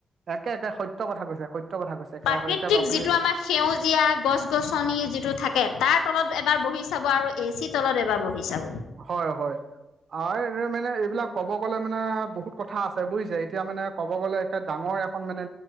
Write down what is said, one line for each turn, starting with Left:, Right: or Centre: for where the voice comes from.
Right: একে-একে সত্যয় কথা কৈছে, সত্য কথা কৈছে এক
Left: প্ৰাকৃতিক
Right: আপুনি
Left: যিটো আমাৰ সেউজীয়া গছ গছনি যিটো থাকে। এটাৰ তলত এবাৰ বহি চাব আৰু এ চি তলত এবাৰ বহি চাব।
Right: হয়-হয়। অ, এই এনে মানে এইবিলাক কব গলে মানে বহুত কথা আছে বুজিছে এতিয়া মানে। ক'ব গ'লে একে ডাঙৰ এখন মানে